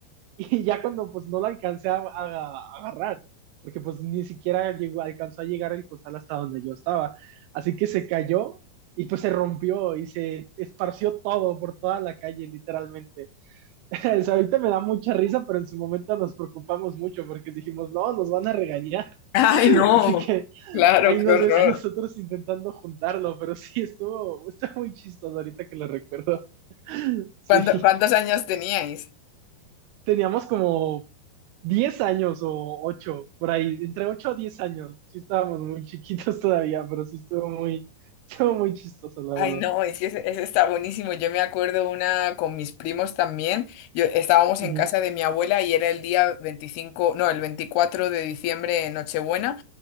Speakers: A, on the right; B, on the left.
A: y ya cuando pues no la alcancé a, a- a agarrar, porque pues ni siquiera llegó, alcanzó a llegar el costal hasta donde yo estaba. Así que se cayó y pues se rompió y se esparció todo por toda la calle, literalmente. <laughs> O sea, ahorita me da mucha risa, pero en su momento nos preocupamos mucho porque dijimos, no, nos van a regañar.
B: Ay,
A: <laughs>
B: no,
A: Así que
B: <laughs> claro,
A: ahí
B: qué
A: nos
B: horror.
A: ves a nosotros intentando juntarlo, pero sí, estuvo, está muy chistoso ahorita que lo recuerdo. <laughs> Sí,
B: ¿Cuánto- cuántos años teníais?
A: teníamos como 10 años o 8 por ahí, entre 8 a 10 años. Sí estábamos muy chiquitos <laughs> todavía, pero sí estuvo muy, estuvo muy chistoso, la
B: Ay,
A: verdad.
B: no, es que ese, ese está buenísimo. Yo me acuerdo una con mis primos también. Yo estábamos en
A: Ujú.
B: casa de mi abuela y era el día 25, no, el 24 de diciembre, Nochebuena.